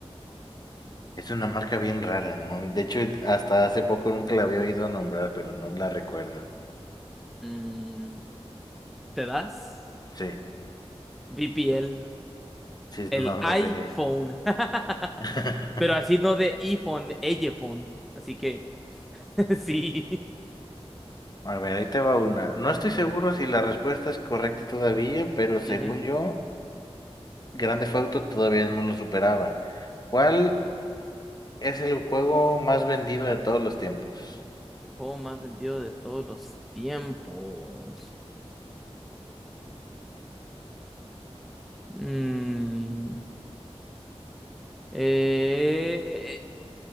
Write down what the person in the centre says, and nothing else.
Mm, ¿te das?
VPL.
El
iPhone.
<laughs>
Pero así no de iPhone, iPhone. Así que <laughs> sí.
Ujú.
El juego más vendido de todos los tiempos. Mm, eh,